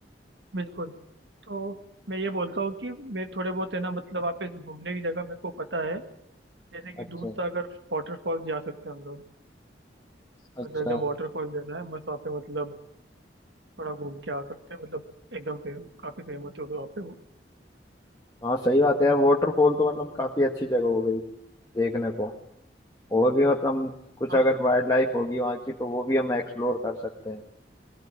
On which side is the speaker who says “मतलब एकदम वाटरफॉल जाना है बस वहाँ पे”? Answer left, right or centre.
Right